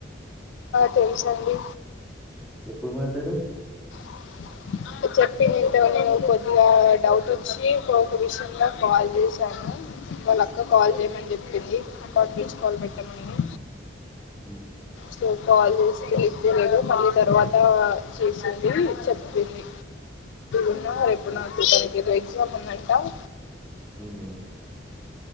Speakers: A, on the left; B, in the centre.
A: తెల్సండి
B: ఇప్పుడు మాట్లాడవ్
A: <inaudible> చెప్పింది ఇంతవని కొద్దిగా డౌట్ వచ్చి ఒక్క విషయంలో కాల్ చేశాను వాళ్ళ అక్క కాల్ చేయమని చెప్పింది కాన్ఫరెన్స్ నుంచి కాల్ పెట్టాము మేను
B: ఉమ్.
A: సో కాల్ చేసి లిఫ్ట్ చేయలేదు మళ్ళీ తర్వాత చేసింది చెప్పింది ఉన్నా రేపు నాకు తనకి ఏదో ఎగ్జామ్ ఉందంటా <inaudible>
B: ఉమ్,